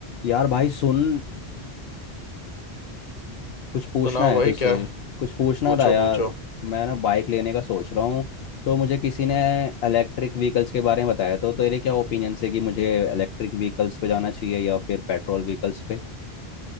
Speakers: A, on the left; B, on the left.
A: यार भाई सुन कुछ पूछना
B: सुनाओ
A: है
B: भाई
A: तुझसे
B: क्या
A: कुछ पूछना
B: पूछो
A: था यार
B: पूछो
A: मैं ना बाइक लेने का सोच रहा हूँ तो मुझे किसी ने इलेक्ट्रिक व्हीकल्स के बारे में बताया तो तेरे क्या ओपिनियन से कि मुझे इलेक्ट्रिक व्हीकल्स पे जाना चाहिए या फिर पेट्रोल व्हीकल्स पे